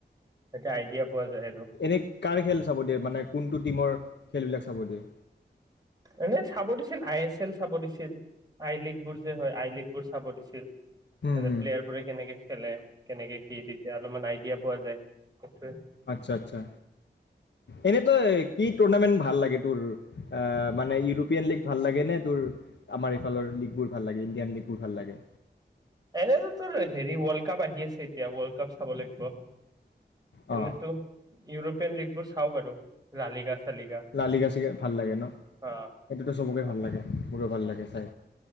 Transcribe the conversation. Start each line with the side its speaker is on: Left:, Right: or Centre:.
Right: তাকে আইডিয়া। পোৱা যায় আৰু
Left: এনে কাৰ খেল চাব দিয় মানে কোনটো টিমৰ খেলবিলাক চাব দিয়ে।
Right: এনে চাব দিছিল। আই এছ এল চাব দিছিল। আই লীগ বোৰ যে হয়। আই লীগ বোৰ চাব দিছিল।
Left: হুম
Right: তাতে
Left: হুম
Right: প্লেয়াৰ বোৰে কেনেকে খেলে, কেনেকে কি তেতিয়া অলপমান আইডিয়া পোৱা যায়। সেইটোৱে
Left: আচ্ছা-আচ্ছা এনে। আই কি টুৰ্ণামেন্ট ভাল লাগে তোৰ? আহ মানে ইউৰোপীয়ান লীগ ভাল লাগে নে, তোৰ আমাৰ ইফালৰ লীগবোৰ ভাল লাগে ইণ্ডিয়ান লীগবোৰ ভাল লাগে?
Right: এনেতো তোৰ হেৰি ৱৰ্ল্ড কাপ আহি আছে। এতিয়া ৱৰ্ল্ড কাপ চাব লাগিব। এনে
Left: অ
Right: তো ইউৰোপিয়ান লীগ বোৰ চা খাওঁ বাৰু। লালিগা চালিগা
Left: লালি গাচি ভাল লাগে ন
Right: অ
Left: সেইটোতো চবকে
Right: অ
Left: ভাল লাগে মোৰো ভাল লাগে চাই